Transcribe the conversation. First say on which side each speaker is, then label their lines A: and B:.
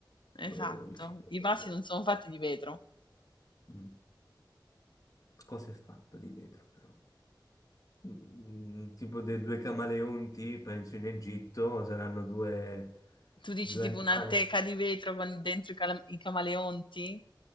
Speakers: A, on the left (about 85°); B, on the left (about 45°).
A: esatto.
B: rotto vicino alle
A: I vasi
B: piante?
A: non sono fatti di vetro.
B: Mm. Cosa è fatto di vetro però? Mm, tipo dei due camaleonti, penso in Egitto, saranno due,
A: Tu
B: due
A: dici tipo
B: animali.
A: una teca di vetro con dentro i, cala- i camaleonti?